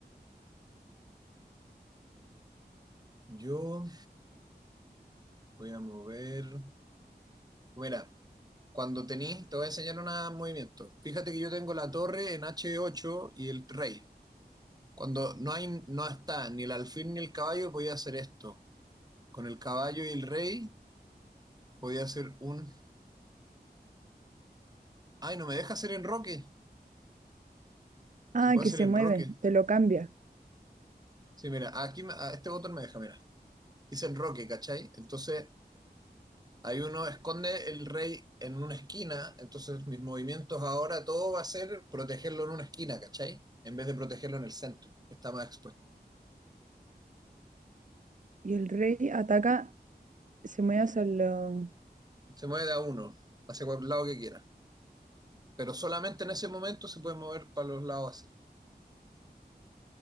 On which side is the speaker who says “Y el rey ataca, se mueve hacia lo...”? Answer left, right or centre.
Right